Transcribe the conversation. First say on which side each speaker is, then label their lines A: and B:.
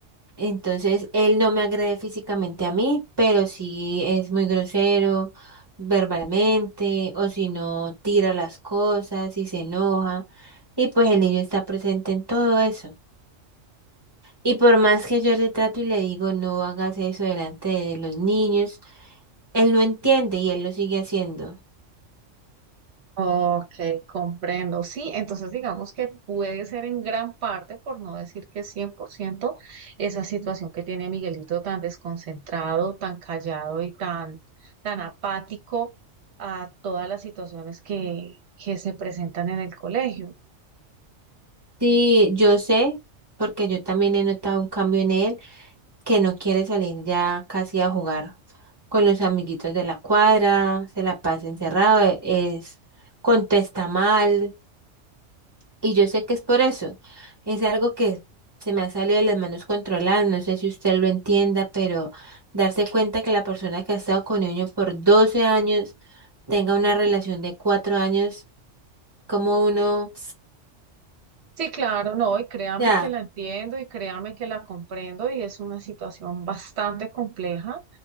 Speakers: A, on the right; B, on the right.
A: Entonces, él no me agrede físicamente a mí, pero sí es muy grosero verbalmente, o si no, tira las cosas y se enoja. Y pues el niño está presente en todo eso. Y por más que yo le trato y le digo, no hagas eso delante de los niños, él no entiende y él lo sigue haciendo.
B: Ok, comprendo. Sí, entonces digamos que puede ser en gran parte, por no decir que 100%, esa situación que tiene a Miguelito tan desconcentrado, tan callado y tan, tan apático a todas las situaciones que, que se presentan en el colegio.
A: Sí, yo sé, porque yo también he notado un cambio en él, que no quiere salir ya casi a jugar con los amiguitos de la cuadra, se la pasa encerrado, e- es, contesta mal, y yo sé que es por eso. Es algo que se me ha salido de las manos controladas, no sé si usted lo entienda, pero darse cuenta que la persona que ha estado con niño por 12 años tenga una relación de 4 años, como uno...
B: Sí, claro, no, y créame
A: Ya,
B: que la entiendo y créame que la comprendo y es una situación bastante compleja.